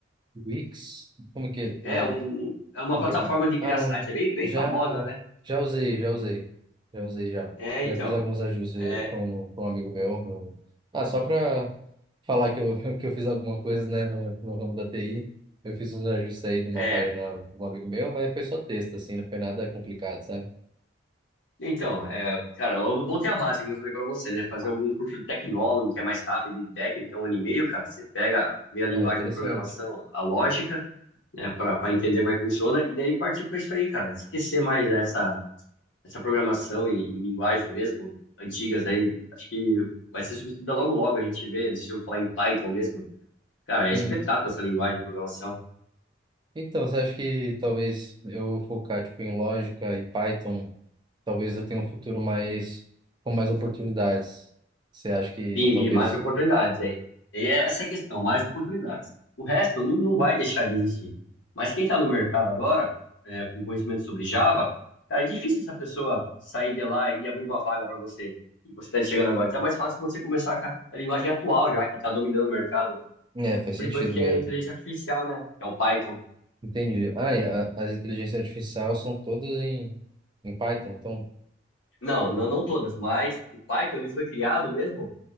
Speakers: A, on the right; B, on the left.
A: Wix? Como que
B: É,
A: é?
B: um, é uma
A: o
B: plataforma
A: que- Ah,
B: de criar
A: ah,
B: site,
A: um-
B: é bem, bem
A: já
B: famosa, né?
A: já usei, já usei. Já usei já.
B: É,
A: Já
B: então.
A: fiz alguns ajustes
B: É,
A: para um, pra um amigo meu. pra um- Ah, só para falar que eu, <laughs> que eu fiz alguma coisa, né, no, no ramo da TI. Eu fiz uns ajustes aí de uma
B: é.
A: página de um amigo meu, mas foi só texto, assim, não foi nada complicado, sabe?
B: Então, é, cara, eu botei a base, que eu falei pra você, né? Fazer algum curso de tecnólogo, que é mais rápido e técnico, é um ano e meio, cara. Você pega, vê a linguagem
A: Ah, interessante.
B: de programação, a lógica, né? Pra, pra entender como é que funciona, e daí partir pra isso aí, cara. Esquecer mais essa, essa programação em, em linguagens mesmo antigas, aí acho que vai ser substituída logo logo. A gente vê, não sei se eu vou falar em Python mesmo. Cara, é
A: Sim.
B: espetáculo essa linguagem de programação.
A: Então, você acha que talvez eu focar tipo em lógica e Python, talvez eu tenha um futuro mais com mais oportunidades? Você acha que
B: Sim,
A: talvez
B: vi mais oportunidades aí. E é essa é a questão, mais oportunidades. O resto não não vai deixar de existir. Mas quem está no mercado agora, é, com conhecimento sobre Java, cara, é difícil essa pessoa sair de lá e abrir uma vaga para você. E você está chegando agora. Então é mais fácil você começar com a a linguagem atual já, que está dominando o mercado.
A: É, faz
B: Principalmente
A: sentido
B: que
A: mesmo.
B: é a inteligência artificial, né? Que é o Python.
A: Entendi. Ah, e a, as inteligências artificiais são todas em, em Python, então
B: Não, não, não todas, mas o Python ele foi criado mesmo